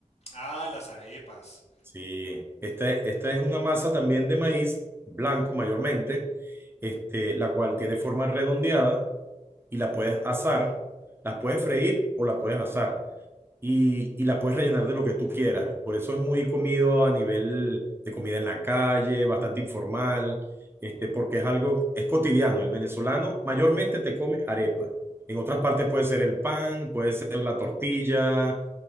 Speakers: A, on the left; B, on the right.
A: Ah, las arepas.
B: Sí, esta, esta es una masa también de maíz blanco mayormente, este, la cual tiene forma redondeada y la puedes asar, las puedes freír o la puedes asar. y, y la puedes rellenar de lo que tú quieras. Por eso es muy comido a nivel de comida en la calle, bastante informal, este, porque es algo, es cotidiano. El venezolano mayormente te come arepa. En otras partes puede ser el pan, puede ser la tortilla,